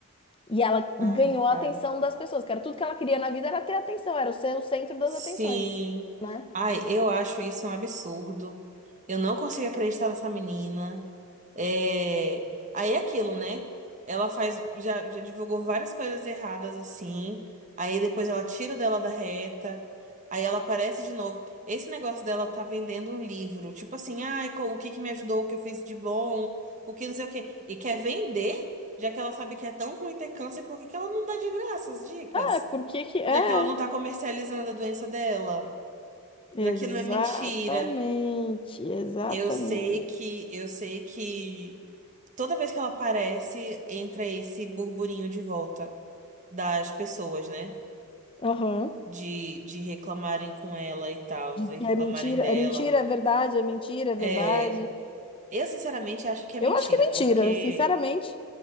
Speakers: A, on the left; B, on the right.
A: E ela
B: Ai,
A: ganhou
B: cara.
A: a atenção das pessoas, que era tudo que ela queria na vida era ter atenção, era ser o centro das
B: Sim.
A: atenções, né?
B: Ai, eu acho isso um absurdo. Eu não consigo acreditar nessa menina. É... Aí é aquilo, né? Ela faz, já, já divulgou várias coisas erradas assim. Aí depois ela tira o dela da reta. Aí ela aparece de novo. Esse negócio dela tá vendendo um livro. Tipo assim, ai, co- o que que me ajudou, o que eu fiz de bom, o que não sei o quê. E quer vender, já que ela sabe que é tão ruim ter câncer, por que que ela não dá de graça as dicas?
A: É por que que é?
B: Já que ela não tá comercializando a doença dela,
A: Exatamente,
B: já que não é mentira.
A: exatamente.
B: Eu sei que, eu sei que toda vez que ela aparece, entra esse burburinho de volta das pessoas, né?
A: Aham.
B: De, de reclamarem com ela e tal, e
A: Que
B: reclamarem
A: é mentira,
B: dela.
A: é mentira, é verdade, é mentira, é verdade.
B: É, eu sinceramente acho que é
A: Eu
B: mentira,
A: acho que é mentira,
B: porque
A: sinceramente,